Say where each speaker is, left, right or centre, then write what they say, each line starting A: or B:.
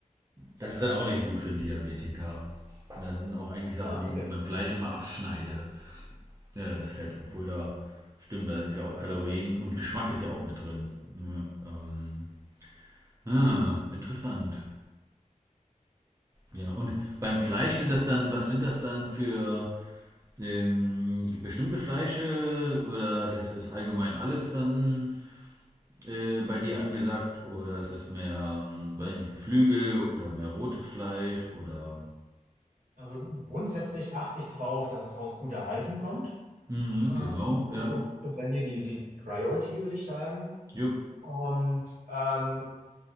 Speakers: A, on the right (about 25°); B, on the right (about 75°).
A: das ist dann auch nicht gut für einen Diabetiker. Das sind auch eigentlich Sachen,
B: Ah,
A: die
B: okay.
A: ich beim Fleisch immer abschneide, ja, das Fett, obwohl da, stimmt, da ist ja auch Kalorien und Geschmack ist ja auch mit drin. Ja, ähm, ah, interessant. Ja, und beim Fleisch sind das dann, was sind das dann für ähm, bestimmte Fleische oder ist, ist allgemein alles dann äh, bei dir angesagt oder ist es mehr, ähm, weiß nicht, Geflügel oder mehr rotes Fleisch oder
B: Also grundsätzlich achte ich drauf, dass es aus guter Haltung kommt.
A: mhm,
B: Ähm,
A: genau,
B: das
A: ja,
B: ist so, so bei mir die, die Priority, würde ich sagen.
A: jupp,
B: Und ähm,